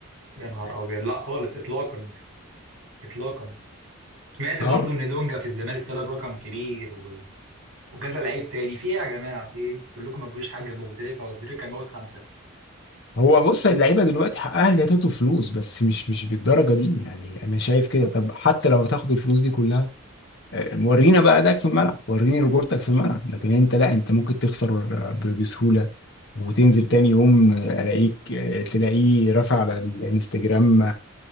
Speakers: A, on the right (about 80°); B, on the left (about 55°).
A: يا نهار ابيض لا خالص اطلاقا اطلاقا سمعت برضو
B: اه
A: ان دونجا في الزمالك طلب رقم كبير و... وجزا لعيب تاني في ايه يا جماعه في ايه انتوا كلكم ما تجوش حاجه ابو تريكه وابو تريكه كان موت خمسه
B: هو بص اللعيبه دلوقتي حقها اللي هتاخد فلوس بس مش مش بالدرجه دي يعني انا شايف كده طب حتى لو هتاخد الفلوس دي كلها آه، ورينا بقى ادائك في الملعب وريني رجولتك في الملعب لكن انت لا انت ممكن تخسر ب- بسهولة وتنزل تاني يوم الاقيك آه، تلاقيه رافع على الانستجرام